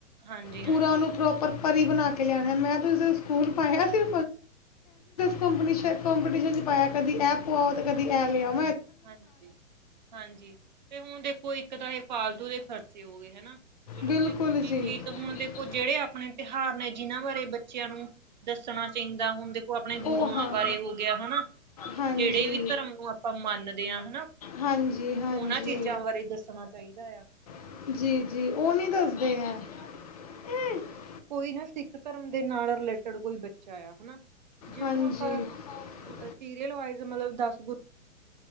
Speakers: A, on the right; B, on the left.
A: ਹਾਂਜੀ
B: ਪੂਰਾ
A: ਹਾਂਜੀ
B: ਉਹਨੂੰ ਪ੍ਰੋਪਰ ਪਰੀ ਬਣਾ ਕੇ ਕੇ ਲਿਆਣਾ ਮੈਂ ਤੁਸੀ ਸਕੂਲ ਪਾਇਆ ਸੀ। ਕੰਪਨੀ ਚ ਪਾਇਆ ਕਦੀ ਇਹ ਪਾਓ ਕਦੀ ਇਹ ਲਿਆਉ।
A: ਹਾਂਜੀ ਹਾਂਜੀ। ਤੇ ਹੁਣ ਦੇਖੋ। ਇੱਕ ਤਾਂ ਇਹ ਫਾਲਤੂ ਦੇ ਖਰਚੇ ਹੋ ਗਏ ਹਨਾ। ਚਲੋ
B: ਬਿਲਕੁਲ
A: ਤੇ ਦੂਜੀ
B: ਜੀ।
A: ਚੀਜ਼ ਹੁਣ ਦੇਖੋ
B: ਦ
A: ਜਿਹੜੇ ਆਪਣੇ ਤਿਉਹਾਰ ਨੇ ਜਿਹਨਾਂ ਬਾਰੇ ਬੱਚਿਆਂ ਨੂੰ ਦੱਸਣਾ ਚਾਹੀਦਾ ਹੁਣ ਦੇਖੋ ਆਪਣੇ ਗੁਰੂਆਂ
B: ਉਹ ਜਿਵੇਂ ਹਾਂ।
A: ਬਾਰੇ ਹੋ ਗਿਆ ਹਨਾ ਜਿਹੜੇ
B: ਹਾਂਜੀ।
A: ਵੀ ਧਰਮ ਨੂੰ ਆਪਾਂ ਮੰਨ ਦੇ ਹਨਾ
B: ਹਾਂਜੀ, ਹਾਂਜੀ।
A: ਉਹਨਾਂ ਚੀਜ਼ਾਂ ਬਾਰੇ ਦੱਸਣਾ ਚਾਹੀਦਾ ਹੈ।
B: ਦੱਸੋ। ਜੀ, ਜੀ ਉਹ ਨੀ ਦੱਸਦੇ ਹੈ। <unintelligible>
A: ਕੋਈ ਨਾ ਸਿੱਖ ਧਰਮ ਦੇ ਨਾਲ ਰਿਲੇਟਿਡ ਕੋਈ ਬੱਚਾ ਆ ਹਨਾ ਜੇ
B: ਹਾਂਜੀ।
A: ਉਹਨੂੰ ਆਪਾਂ
B: ਉਹ
A: ਸੀਰਲ ਵਾਈਜ। ਤੇ ਮਤਲਬ ਦੱਸ।